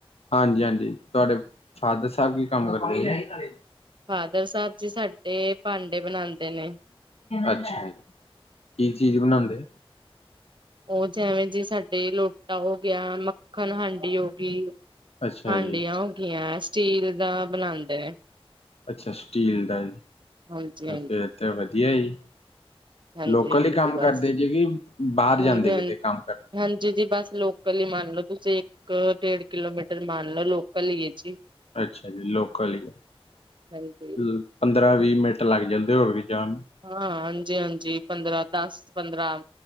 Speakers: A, on the left; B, on the right.
A: ਹਾਂਜੀ-ਹਾਂਜੀ, ਤੁਵਾਡੇ ਫਾਦਰ ਸਾਬ ਕੀ ਕੰਮ ਕਰਦੇ ਨੇ?
B: ਫਾਦਰ ਸਾਬ ਜੀ ਸਾਡੇ ਭਾਂਡੇ ਬਣਾਉਂਦੇ ਨੇ
A: ਅੱਛਾ ਜੀ, ਕੀ ਚੀਜ਼ ਬਨਾਂਦੇ ਐ?
B: ਓ ਜੈਵੇਂ ਜੇ ਸਾਡੇ ਲੋਟਾ ਹੋ ਗਿਆ, ਮੱਖਣ-ਹਾਂਡੀ ਹੋ ਗੀ।
A: ਅੱਛਾ
B: ਹਾਂਡੀਆਂ
A: ਜੀ
B: ਹੋਗੀਆਂ, ਸਟੀਲ ਦਾ ਬਨਾਂਦੇ ਨੇ।
A: ਅੱਛਾ ਸਟੀਲ ਦਾ,
B: ਹਾਂਜੀ ਹਾਂਜੀ
A: ਫੇਰ ਤੇ ਵਦਿਆ ਜੀ।
B: ਹਾਂਜੀ
A: ਲੋਕਲ
B: ਹਾਂਜੀ
A: ਈ ਕੰਮ
B: ਬਸ
A: ਕਰਦੇ ਜੀ ਕਿ, ਬਾਹਰ
B: ਹਾਂਜੀ
A: ਜਾਂਦੇ
B: ਹਾਂਜੀ
A: ਕਿਤੇ ਕੰਮ ਕਰਨ
B: ਹਾਂਜੀ ਜੀ, ਬੱਸ ਲੋਕਲ ਈ ਮੰਨ ਲੋ ਤੁਸੀ। ਇੱਕ ਡੇੜ ਕਿਲੋਮੀਟਰ ਮੰਨ ਲੋ, ਲੋਕਲ ਈ ਏ ਜੀ।
A: ਅੱਛਾ ਜੀ, ਲੋਕਲ ਈ ਏ,
B: ਹਾਂਜੀ
A: ਲ ਪੰਦਰਾਂ-ਵੀ ਮਿੰਟ ਲੱਗ ਜਾਂਦੇ ਹੋਰ ਵੀ ਜਾਨ
B: ਹਾਂ, ਹਾਂਜੀ-ਹਾਂਜੀ, ਪੰਦਰਾਂ, ਦੱਸ, ਪੰਦਰਾਂ